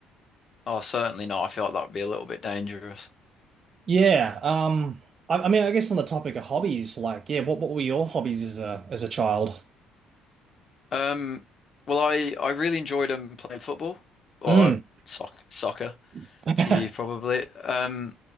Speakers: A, on the left; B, on the right.
A: Oh, certainly not. I feel like that would be a little bit dangerous.
B: Yeah. Um. I, I mean, I guess on the topic of hobbies, like, yeah, what what were your hobbies as a as a child?
A: Um, well, I I really enjoyed um playing football or
B: Mm.
A: uh, soc soccer
B: <laughs> I
A: to you probably. Um,